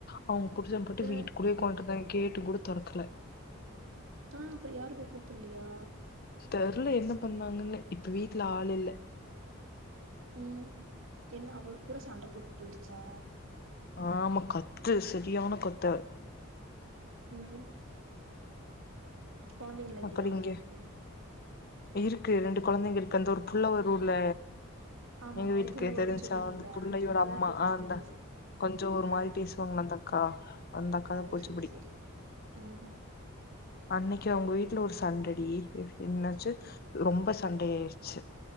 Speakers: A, on the left (about 45°); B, on the right (about 65°).
A: அவங்க புருசபட்டு
B: ஆ
A: வீட்டு கூடயே ஒக்காண்ட்ருந்தாங்க கேட்டு கூட தொறக்கல
B: ஆ அப்படி யாரு போய் கூப்பல்லயா
A: தெருல என்ன பண்ணுவாங்கன்னு இப்ப வீட்ல ஆள் இல்ல
B: ம் என் அவரு கூட சண்ட போட்டுட்டு போயிருச்சா
A: ஆமா கத்து சரியான கத்து
B: ம் கொழந்தைங்க இல்லையா
A: அப்புற
B: உங்களுக்கு
A: இங்க இருக்கு ரெண்டு கொழந்தைங்க இருக்கு அந்த ஒரு புள்ள ஒரு ஊர்ல
B: ஆமாமா
A: எங்க வீட்டுக்கு
B: ஒரு புள்ள வரும்ன்னு
A: தெரிஞ்ச்சா
B: சொல்லுவீல்ல
A: வந்து புள்ளையோட
B: அந்த
A: அம்மா
B: ஆ தெரிஞ்சு
A: ஆஹ் அந்தா
B: தெரிஞ்சு
A: கொஞ்ச ஒரு
B: ஆ
A: மாரி
B: ஆ
A: பேசுவாங்கள்ள அந்த அக்கா அந்த அக்காதா
B: ஓ
A: போச்சு
B: சரி
A: புடி
B: சரி ம்
A: அன்னைக்கு அவங்க வீட் வீட்ல ஒரு சண்டடி என்னாச்சு ரொம்ப சண்ட ஆயிடுச்சு